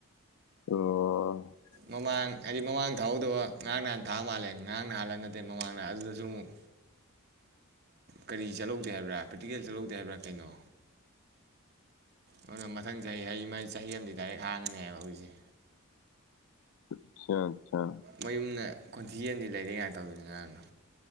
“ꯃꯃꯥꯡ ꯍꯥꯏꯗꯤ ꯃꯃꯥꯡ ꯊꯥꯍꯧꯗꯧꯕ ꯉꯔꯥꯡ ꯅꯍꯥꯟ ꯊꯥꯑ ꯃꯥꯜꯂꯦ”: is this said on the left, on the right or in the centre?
Right